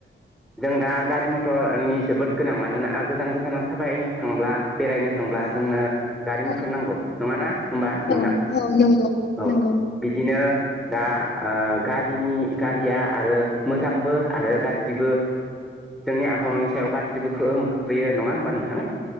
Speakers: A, in the centre; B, on the left.
A: जों दा गारि मथरनि जोबोद गोनां मानोना गोजान गोजानाव थाबायनो थांब्ला बेरायनो थांब्ला जोंनो गारि मथर
B: औ
A: नांगौ नङाना होमबा नोंथां
B: औ औ नंगौ
A: औ
B: नंगौ
A: बिदिनो दा ओ गारिनि गारिया आरो मोजांबो आरो गाज्रिबो। जोंनि आबहावानि सायाव गाज्रिबो खोहोम खोख्लैयो नङा होमबा नोंथां?